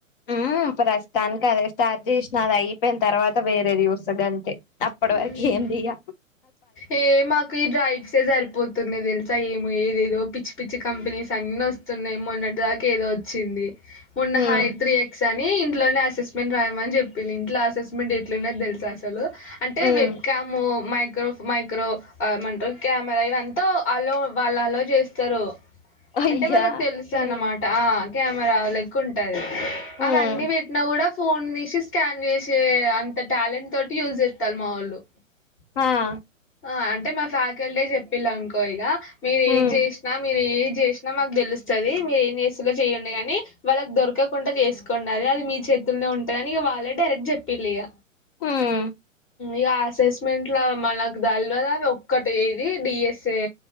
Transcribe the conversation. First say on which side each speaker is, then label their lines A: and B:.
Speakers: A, on the left; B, on the left.
A: ఉమ్ ప్రస్తుతానికి అదే స్టార్ట్ చేసిన అది అయిపోయిన తర్వాత వేరేది యుస్త గంతే అప్పడివరకు
B: ఉమ్
A: ఏం చెయ్య
B: ఏ మాక్ ఈ డ్రైవ్స్ సరిపోతున్నాయి తెలుసా ఏమో ఏదేదో పిచ్చి పిచ్చి కంపెనీస్ అన్ని వస్త్ న్నా మొన్నటి దాకా ఏదో వచ్చింది మొన్న
A: ఉమ్
B: హైత్రీ స్ కాని ఇంట్లోనే అసెస్మెంట్ రాయామని చెప్పింది ఇంట్ల అసెస్మెంట్ ఎట్లున్నది తెలుసా అసలు అంటే
A: ఉమ్
B: వెబ్కము మయ్ మైక్రో ఏమంటరు కెమెరా ఇవంతా అలో వాళ్ళు అలో చేస్తారు.
A: అయ్యా
B: అంటే వాళ్ళకి తెలుస్తది అన్నమాట
A: ఉమ్
B: ఆ కెమెరా లెక్క ఉంటాది అవన్నీ
A: ఉమ్
B: పెట్టినా కూడా ఫోన్ తీసి స్కాన్ చేసే అంత టాలెంట్ తోటి యూజ్ చేస్తారు మా వాళ్ళు
A: ఆ
B: ఆ అంటే మా ఫ్యాకల్టీ చెప్పిళ్ళు అనుకో ఇగ మీరు ఏజ్
A: ఉమ్
B: చేసినా మీరు ఏది చేసిన మాకు తెలుస్తది మీరు ఏం చేస్తులో చేయండి గాని వాళ్ళకి దొరకకుండా చేసుకోండది అది మీ చే చేతిలోనే ఉంటాది అని ఇగ వాళ్ళే డైరెక్ట్ చెప్పిలి ఇగ
A: ఉమ్
B: ఇగ అసెస్మెంట్ లో మనకు దల్వ అవి ఒక్కటి ఇది డి ఎస్ ఏ